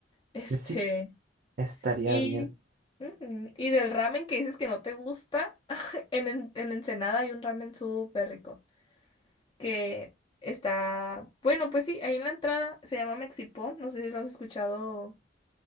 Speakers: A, on the left; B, on the right.
A: Este,
B: Pues sí, estaría
A: y,
B: bien.
A: ujú, y del ramen que dices que no te gusta, <laughs> en, En- en Ensenada hay un ramen súper rico que está, bueno, pues sí, ahí en la entrada se llama Mexipó, no sé si lo has escuchado